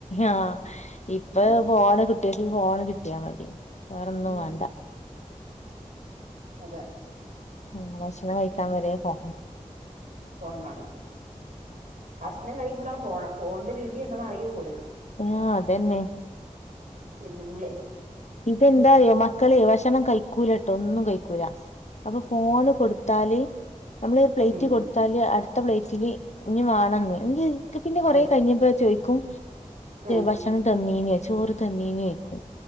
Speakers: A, on the left (about 60°); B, on the right (about 80°).
A: ആ ഇപ്പ
B: ഉം
A: പോണ കുട്ട പോണ് കിട്ടിയാ മതി വേറെ ഒന്നും
B: ഉം
A: വേണ്ട
B: അതെ
A: ഉ ഭക്ഷണം കഴിക്കാൻ വര പോ
B: ഫോൺ കാണുക ഭക്ഷണം കഴിക്കുമ്പോളാ ഫോണ് ഫോണിന്റെ രുചി എന്ന അറിയോ പോലും
A: ആഹ അതന്നെ
B: തിന്നളേ
A: ഇതെന്താറിയോ മക്കളെ ഭക്ഷണം കഴിക്കൂലട്ടോ ഒന്നും കഴിക്കൂല അപ്പൊ ഫോണ് കൊടുത്താ നമ്മള് ഒരു പ്ലേറ്റ്
B: ഉം
A: കൊടുത്താല് അടുത്ത പ്ലേറ്റില് കുഞ്ഞ് വേണംന്ന് എ പിന്നെ കുറേ
B: അതെ
A: കഴിഞ്ഞപ്പോ ചോദിക്കും
B: ഉം
A: ഭക്ഷണം തന്നീ ചോറ് തന്നേനെ കഴിക്കും